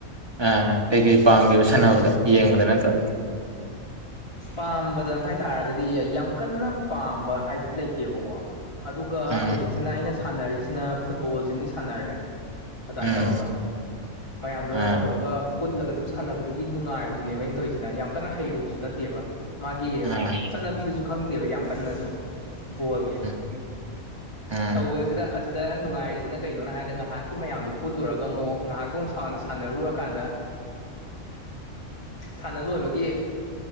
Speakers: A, on the right; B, on the left.
A: ꯑ ꯀꯩꯀꯩ ꯄꯥꯝꯒꯦꯕ ꯁꯥꯟꯅꯕꯗ ꯌꯦꯡꯕꯗ ꯅꯠꯇꯕ
B: ꯄꯥꯝꯕꯗ ꯍꯥꯏꯇꯥꯔꯒꯗꯤ ꯌꯥꯝ ꯀꯟꯅ ꯄꯥꯝꯕ ꯍꯥꯏꯗꯤ ꯂꯩꯇꯦꯕꯀꯣ ꯑꯗꯨꯒ
A: ꯎꯝ
B: ꯍꯧꯖꯤꯛꯁꯤꯅ ꯑꯩꯅ ꯁꯥꯟꯅꯔꯤꯁꯤꯅ ꯐꯨꯠꯕꯣꯜꯁꯤꯃꯗꯤ ꯁꯥꯟꯅꯔꯦ ꯑꯗꯨꯃꯥꯏꯅ
A: ꯎꯝ
B: ꯇꯧꯔꯒ ꯃꯌꯥꯝꯗꯣ
A: ꯑꯥ
B: ꯇꯧꯔꯒ ꯄꯨꯜꯂꯒ ꯑꯗꯨꯝ ꯁꯥꯟꯅꯕꯗꯨꯒꯤ ꯅꯨꯡꯉꯥꯏꯕꯗꯨꯅꯦꯕ ꯑꯩꯅ ꯇꯧꯔꯤꯁꯤꯅ ꯌꯥꯝ ꯀꯟꯅ ꯍꯩꯔꯨꯕꯁꯨ ꯅꯠꯇꯦ ꯅꯠꯇꯦꯕ ꯃꯥꯒꯤ
A: ꯑꯥ
B: ꯆꯠꯅꯕꯤꯗꯨꯁꯨ ꯈꯪꯗꯦꯕ ꯌꯥꯝ ꯀꯟꯅꯁꯨ ꯕꯣꯜꯒꯤ
A: ꯎꯝ ꯎꯝ
B: ꯇꯧꯕꯁꯤꯗ ꯑꯗꯨ ꯗ ꯅꯨꯡꯉꯥꯏꯔꯤꯁꯤꯅ ꯀꯩꯅꯣ ꯍꯥꯏꯔꯗ ꯉꯥꯏꯍꯥꯛꯀꯤ ꯃꯌꯥꯝꯗꯣ ꯄꯨꯜꯂꯨꯔꯒ ꯑꯃꯨꯛ ꯉꯥꯏꯍꯥꯛꯇꯣ ꯁꯥꯟꯅꯔꯨꯔ ꯀꯥꯟꯗ ꯁꯥꯟꯅ ꯂꯣꯏꯕꯒꯤ